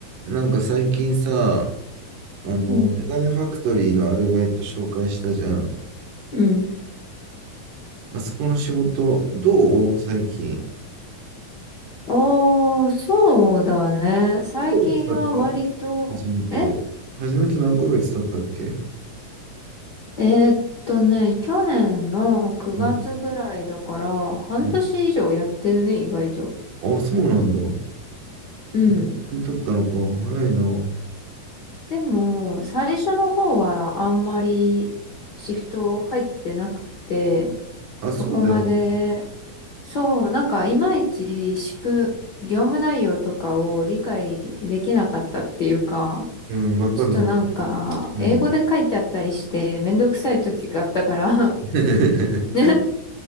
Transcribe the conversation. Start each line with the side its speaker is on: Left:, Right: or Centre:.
Right: なんか最近さ、あの、
Left: うん。
Right: メガネファクトリーのアルバイト紹介したじゃん。
Left: うん。
Right: あそこの仕事、どう最近。
Left: ああ、そうだね。最近は割と、
Right: 何ヶ月経った初めて。
Left: え
Right: 初めて何ヶ月経ったっけ
Left: えーっとね、去年の9月ぐらいだから、
Right: うん
Left: 半年以上やってるね、
Right: うん
Left: 意外と。
Right: あ、そうなんだ。も
Left: うん。
Right: うそんなに経ったのか。早いな。
Left: でも、最初の方はあんまりシフト入ってなくて、
Right: あ、
Left: そこまで、
Right: そうだよね。
Left: そう、なんかいまいち仕組、業務内容とかを理解できなかったっていうか、
Right: うん、わかるわかる。
Left: ちょっとなんか、
Right: うん。
Left: 英語で書いてあったりして、めんどくさい時があったから
Right: <laughs>
Left: <laughs>